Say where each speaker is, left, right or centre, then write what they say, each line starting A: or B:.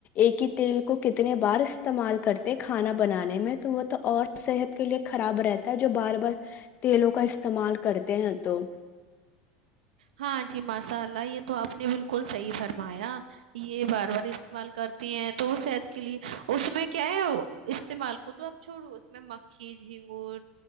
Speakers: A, on the left; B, on the right.
A: ایک ہی تیل کو کتنے بار استعمال کرتے کھانا بنانے میں تو وہ تو اور صحت کے لیے خراب رہتا ہے جو بار بار تیلوں کا استعمال کرتے ہیں تو
B: ہاں جی ماشاء اللہ یہ تو آپ نے بالکل صحیح فرمایا یہ بار بار استعمال کرتی ہیں تو صحت کے لیے اس میں کیا ہے استعمال کو تو آپ چھوڑو اس میں مکھی جھینگور